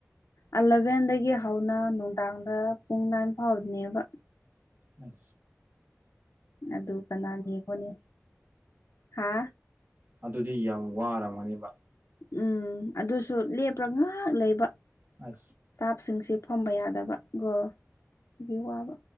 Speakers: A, on the left; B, on the right.
A: ꯑꯂꯚꯦꯟꯗꯒꯤ ꯍꯧꯅ ꯅꯨꯡꯗꯥꯡꯗ ꯄꯨꯡ ꯅꯥꯏꯟ ꯐꯥꯎꯗꯅꯦꯕ
B: ꯑ
A: ꯑꯗꯨ ꯀꯅꯥ ꯌꯦꯀꯣꯅꯦ ꯍꯥ
B: ꯑꯗꯨꯗꯤ ꯌꯥꯝ ꯋꯥꯔꯝꯒꯅꯦꯕ
A: ꯎꯝ ꯑꯗꯨꯁꯨ ꯂꯦꯞꯄ꯭ꯔꯥ ꯉꯍꯥꯛ ꯂꯩꯕ
B: ꯑ
A: ꯏꯁꯇꯥꯞꯁꯤꯡꯁꯦ ꯐꯝꯕ ꯌꯥꯗꯕ ꯒꯣꯒꯤ ꯋꯥꯕ